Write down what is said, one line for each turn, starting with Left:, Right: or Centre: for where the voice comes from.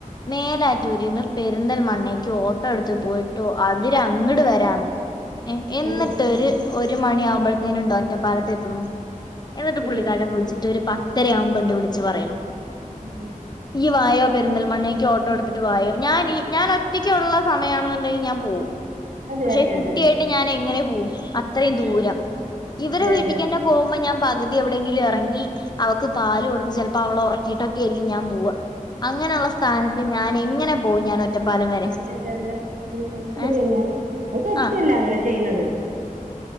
Left: മേലാറ്റൂരിന്ന് പേ പെരുന്തൽമണ്ണേക്ക് ഓട്ടോ എടുത്ത് പോയിട്ടു അവരങ്ങട്ട് വരാന്ന് എന്നിട്ടൊരു
Right: ഉം ഉം
Left: ഒരു മണി ആവുമ്പോഴത്തേന ഉണ്ടോ ഒറ്റപ്പാലത്തെ എത്തുന്നു എന്നിട്ട്
Right: ഉം
Left: പുള്ളിക്കാരൻ വിളിച്ചിട്ട് ഒരു പത്ത് പത്തര ആവുമ്പോണ്ട് വിളിച്ച് പറയുണ്
Right: ഉം ഉ
Left: വായോ പെരിന്തൽമണ്ണക്ക് ഓ ട്ടോ. എടുത്തിട്ട് വായോ ഞാൻ ഈ ഞാൻ ഒറ്റയ്ക്ക്‌ഉള്ള സമയയാണെന്നുണ്ടെങ്കിൽ ഞാൻ പോവും
Right: അതെ
Left: പക്ഷെ
Right: അതെ
Left: കുട്ടിയായിട്ട്
Right: അതെ
Left: ഞാൻ എങ്ങനെ പോവും അത്രയും
Right: അതെന്നെ
Left: ദൂരം ഇവരെ
Right: അതെ
Left: വീട്ടിക്കന്നെ
Right: അതെ അതെ
Left: പോകുമ്പോ ഞാൻ പകുതി എവിടെയെങ്കിലും ഇറങ്ങി അവക്ക് പാല് കൊടുത്ത് ചെലപ്പോ അപ്പ അവള ഒറക്കിട്ടൊക്കെയായിരിക്കും ഞാൻ പോവാ അങ്ങനെയുള്ള സ്ഥാനത്ത് ഞാൻ എങ്ങനെ പോവു ഞാൻ ഒറ്റപ്പാലം വരെ
Right: അതെതെ അതെ അത് ശരിയല്ലെ
Left: ഏഹ്
Right: അത് തെറ്റില്ല
Left: ആ
Right: അങ്ങനെ ചെയ്യുന്നത്